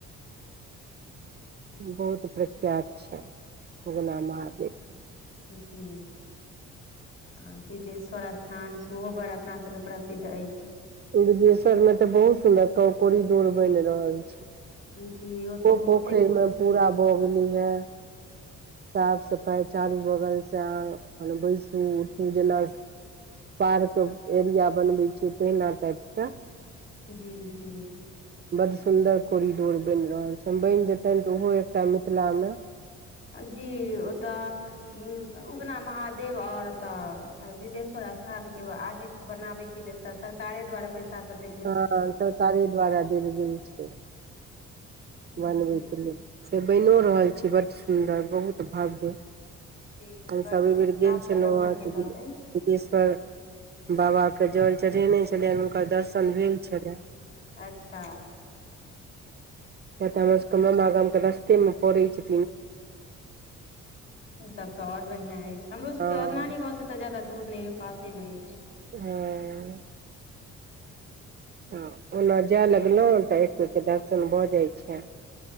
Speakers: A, on the right; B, on the left.
A: बहुत प्रख्यात छै उगना महादेवके
B: जी आ बिदेश्वर स्थान सेहो बड़ अपनासभके प्रसिद्ध अछि।
A: बिदेश्वर में तऽ बहुत सुन्दर ककौड़ी डोर बन रहल।
B: जी ओतौ
A: ओ
B: बहुते
A: पोखरिमे
B: किछु
A: पूरा भरि गेलैए। साफ सफाई चारू बगलसँ अपन बैसू उठू जेना। पार्क एरिया बनबै छै। तहिना टाइप के
B: जी जी
A: बड्ड सुंदर कॉरिडोर बनि रहल छै, बनि जेतनि तऽ ओहो एकटा मिथिला मे।
B: जी ओतऽ उगना महादेव और तऽ स्थान के आगे बनाबयके लेल तऽ सरकारे द्वारा पैसा सभ द
A: हँ सरकारे द्वारा देल गेल छै।
B: जी
A: बनबैके लेल से बनिओ रहल छै। बड्ड सुन्दर बहुत भव्य
B: जी
A: आ
B: बड
A: सवी
B: नीक
A: बेर
B: काम
A: गेल
B: सब
A: छल
B: बढ़िआँ
A: महारती
B: चलि रहल
A: बिल सिद्धेश्वर बाबाके जल चढ़ेने छलियनि, हुनकर दर्शन भेल छलनि।
B: अच्छा
A: एतय हमर सभके मामा गाम के रस्ते मे पड़ै छै।
B: तब तऽ आओर बढ़िआँ अछि। हमरो सभके
A: हँ
B: नानी गाँवसँ ओत जादा दूर नहि य पासे में अछि
A: हँ तऽ ओना जाय लगलहुँ तऽ एक बेर दर्शन भऽ जाइत छनि